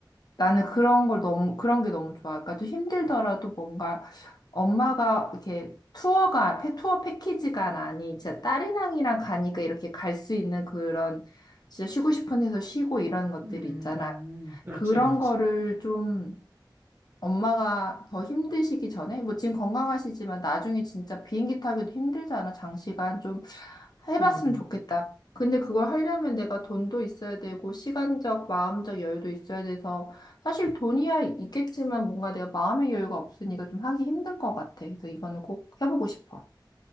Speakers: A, on the left; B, on the right.
A: 나는 그런 걸 너무, 그런 게 너무 좋아. 그러니까 좀 힘들더라도 뭔가 엄마가 이렇게 투어가, 패- 투어 패키지가 아니, 진짜 딸이랑이랑 가니까 이렇게 갈 수 있는 그런 진짜 쉬고 싶은 데서 쉬고 이런 것들
B: 음, 음,
A: 있잖아.
B: 음. 그렇지,
A: 그런
B: 그렇지.
A: 거를 좀 엄마가 더 힘드시기 전에, 뭐 지금 건강하시지만 나중에 진짜 비행기 타기도 힘들잖아, 장시간. 좀 해봤으면
B: 어.
A: 좋겠다. 근데 그걸 하려면 내가 돈도 있어야 되고, 시간적, 마음적 여유도 있어야 돼서, 사실 돈이야 있겠지만 뭔가 내가 마음의 여유가 없으니까 좀 하기 힘든 것 같아. 그래서 이거는 꼭 해보고 싶어.